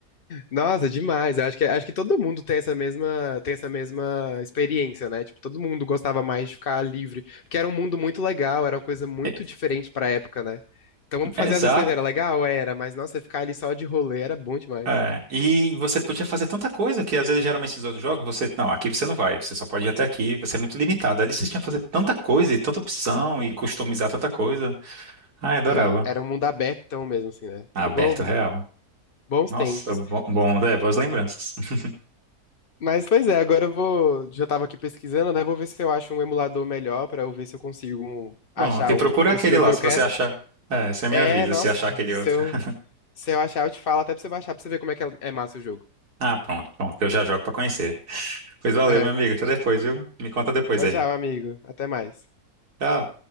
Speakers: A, on the left; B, on the right.
A: Nossa, demais. Eu acho que, acho que todo mundo tem essa mesma, tem essa mesma experiência, né? Tipo, todo mundo gostava mais de ficar livre, porque era um mundo muito legal, era uma coisa muito
B: É,
A: diferente pra época, né? Então, vamos
B: é
A: fazer
B: Exato.
A: as missões era legal? Era, mas nossa, ficar ali só de rolê era bom demais.
B: É, e você podia fazer tanta coisa que às vezes geralmente esses outros jogos você, não, aqui você não vai, você só pode ir até aqui, você é muito limitado. Ali você tinha que fazer tanta coisa e tanta opção e customizar tanta coisa. Ah, adorava.
A: É, era um mundo abertão mesmo, assim, né?
B: Aberto
A: Bo-
B: real.
A: bons
B: Nossa,
A: tempos.
B: bom, bom, é, boas lembranças. <laughs>
A: Mas, pois é, agora eu vou. Já tava aqui pesquisando, né? Vou ver se eu acho um emulador melhor pra eu ver se eu consigo um-
B: Pronto,
A: achar
B: e procura
A: um, esse
B: aquele
A: jogo
B: lá,
A: que eu
B: se
A: quero.
B: você achar. É, você me
A: É,
B: avisa
A: nossa,
B: se achar aquele
A: se
B: outro.
A: eu,
B: <laughs>
A: Se eu achar, eu te falo até pra você baixar pra você ver como é que é é massa o jogo.
B: Ah, pronto, pronto, eu já jogo pra conhecer.
A: <laughs>
B: Pois valeu,
A: É.
B: meu amigo, até depois, viu? Me conta depois
A: Tchau,
B: aí.
A: tchau, amigo. Até mais.
B: Tchau.